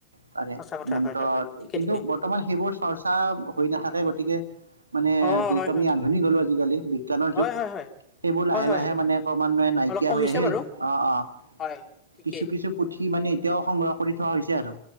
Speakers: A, on the right; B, on the left.
A: পাৰে,
B: সঁচা কথা
A: মন্ত্ৰত
B: হয় হয় হয় ঠিকে
A: কিন্তু
B: ঠিকে
A: বৰ্তমান সেইবোৰ চৰ্চা হৈ নাথাকে গতিকে মানে
B: অ
A: যিহেতু
B: হয়
A: আমি
B: হয়
A: আধুনিক হ'লো আজিকালি, বিজ্ঞানৰ
B: হয়
A: যুগ
B: হয় হয়
A: সেইবোৰ লাহে
B: হয়
A: লাহে
B: হয়
A: মানে ক্ৰমান্বয়ে নাইকিয়া
B: অলপ কমিছে
A: হৈ আহিল,
B: বাৰু
A: অ' অ'।
B: হয় ঠিকেই
A: কিছু কিছু পুথি মানে এতিয়াও সংগ্ৰহ কৰি থোৱা হৈছে আৰু।